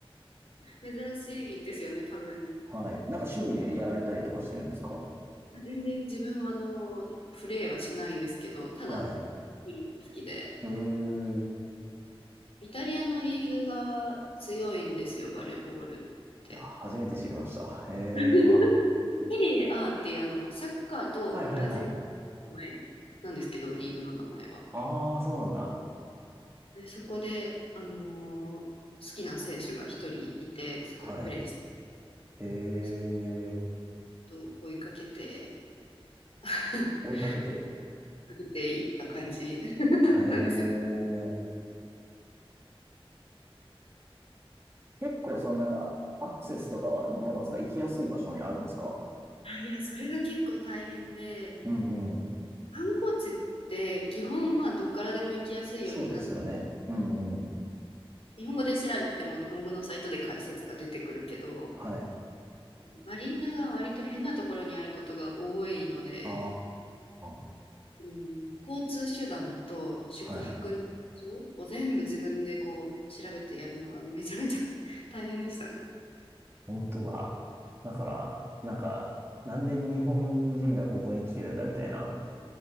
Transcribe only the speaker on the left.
珍しいですよね、多分。
全然自分はあの、プレーはしないんですけど、ただ
見るのが好きで。
イタリアのリーグが強いんですよ、バレーボールって。
<laughs>
セリエ A っていうあの、サッカーと同じ
名前なんですけど、リーグの名前は。
で、そこで、あのー好きな選手が一人いて、そこでプレーして、
そこと追いかけて、<laughs>
追いかけていった感じ <laughs>
なんですよね。
あいや、それが結構大変で、
観光地って基本、まあ、どっからでも行きやすいようになった
日本語で調べても日本語のサイトで解説が出てくるけど、
アリーナが割と変なところにあることが多いので、
あの交通手段と宿泊の場所を全部自分でこう調べてやるのはめちゃめちゃ
<laughs> 大変でしたね。